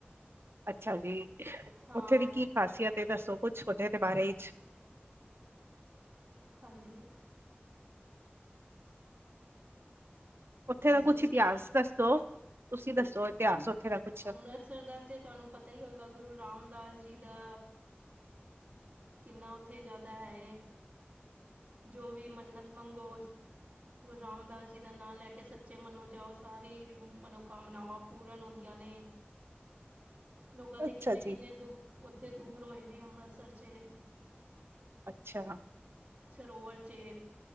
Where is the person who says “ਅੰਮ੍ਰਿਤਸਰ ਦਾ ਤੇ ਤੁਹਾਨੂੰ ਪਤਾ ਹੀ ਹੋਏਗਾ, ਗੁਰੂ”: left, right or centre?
Right